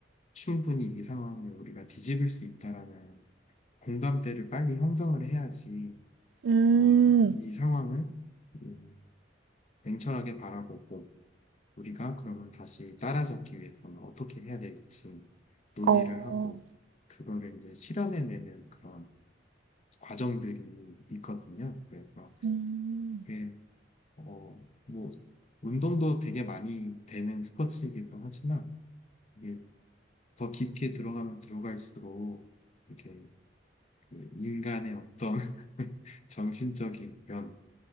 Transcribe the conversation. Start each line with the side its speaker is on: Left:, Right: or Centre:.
Left: 충분히 이 상황을 우리가 뒤집을 수 있다라는 공감대를 빨리 형성을 해야지,
Right: 음,
Left: 어, 이 상황을, 음, 냉철하게 바라보고, 우리가 그러면 다시 따라잡기 위해서는 어떻게 해야 될지 논의를
Right: 어,
Left: 하고, 그거를 이제 실현해내는 그런 과정들이 있거든요. 그래서
Right: 음,
Left: 그게, 어, 뭐, 운동도 되게 많이 되는 스포츠이기도 하지만, 이게 더 깊게 들어가면 들어갈수록, 이렇게 그 인간의 어떤 <laughs> 정신적인 면을